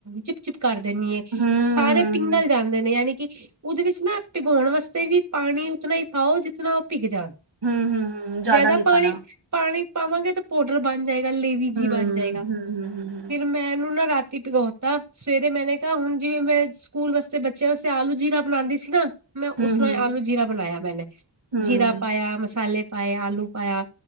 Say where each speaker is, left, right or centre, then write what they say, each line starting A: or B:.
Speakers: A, on the right; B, on the right.
A: ਚਿਪ ਚਿਪ ਕਰ ਦਿੰਦੀ ਹੈ
B: ਹਮ ਹਮ
A: ਸਾਰੇ
B: ਹਮ
A: ਪਿੰਗਲ ਜਾਂਦੇ ਨੇ ਯਾਨੀ ਕਿ ਉਹਦੇ ਵਿੱਚ ਨਾ ਭੀਗਾਉਣ ਵਾਸਤੇ ਵੀ ਪਾਣੀ ਉਤਨਾ ਹੀ ਪਾਓ ਜਿਤਨਾ ਭਿਗ ਜਾਣ
B: ਹਮ ਹਮ ਹਮ ਜ਼ਿਆਦਾ
A: ਜਿਆਦਾ
B: ਨੀ
A: ਪਾਣੀ
B: ਪਾਣਾ
A: ਪਾਣੀ ਪਾਵਾਂਗੇ ਤੇ ਪੋਡਰ ਬਣ ਜਾਏਗਾ ਗੱਲ ਲੇਵੀ
B: ਹੂੰ,
A: ਜੀ ਬਣ ਜਾਏ <unintelligible>
B: ਹੂੰ, ਹੂੰ,
A: ਫਿਰ ਮੈਂ ਇਹਨੂੰ ਨਾ ਰਾਤੀ ਭਿਗੋਤਾ ਸਵੇਰੇ ਮੈਂਨੇ ਕਿਹਾ ਹੁਣ ਜਿਵੇਂ ਮੈਂ ਸਕੂਲ ਵਾਸਤੇ ਬੱਚਿਆਂ ਵਾਸਤੇ ਆਲੂ ਜੀਰਾ ਬਣਾਉਂਦੀ ਸੀ ਨਾ ਮੈਂ
B: ਹੂੰ,
A: ਉਸਰ੍ਹਾਂ
B: ਹੂੰ,
A: ਆਲੂ ਜੀਰਾ ਬਣਾਇਆ ਮੈਨੇ
B: ਹੂੰ,
A: ਜੀਰਾ ਪਾਇਆ ਮਸਾਲੇ ਪਾਏ ਆਲੂ ਪਾਇਆ